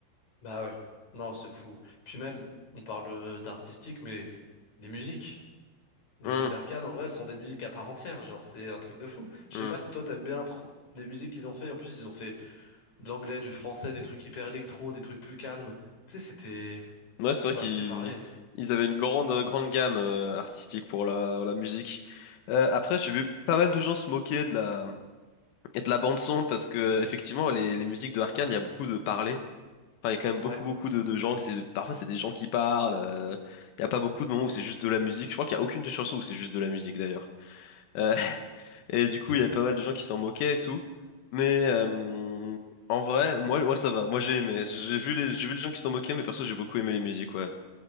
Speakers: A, on the left; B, on the left.
A: Bah ouais, non, c'est fou. Puis même, on parle euh, d'artistique, mais les musiques, les
B: Hum,
A: musiques d'Arcane en vrai sont des musiques à part entière, genre c'est un truc de fou. Je
B: hum.
A: sais pas si toi t'aimes bien trop les musiques qu'ils ont fait, en plus ils ont fait de l'anglais, du français, des trucs hyper électro, des trucs plus calmes. Tu sais, c'était,
B: Ouais, c'est
A: je
B: vrai
A: sais pas,
B: qu'ils
A: c'était varié.
B: ils avaient une grande, euh, grande gamme euh, artistique pour la, la musique. Euh, après, j'ai vu pas mal de gens se moquer de la, de la bande son parce que euh, effectivement, les, les musiques de Arcane, il y a beaucoup de parler. Enfin, il y a quand même beaucoup,
A: Ouais.
B: beaucoup de, de gens. c'est- Parfois, c'est des gens qui parlent. euh, il n'y a pas beaucoup de moments où c'est juste de la musique. Je crois qu'il n'y a aucune des chansons où c'est juste de la musique d'ailleurs. Euh, <laughs> et du coup,
A: <laughs>
B: il y avait pas mal de gens qui s'en moquaient et tout. Mais euh, en vrai, moi, moi ça va. Moi j'ai aimé. J'ai vu les, j'ai vu les gens qui s'en moquaient, mais perso j'ai beaucoup aimé les musiques, ouais.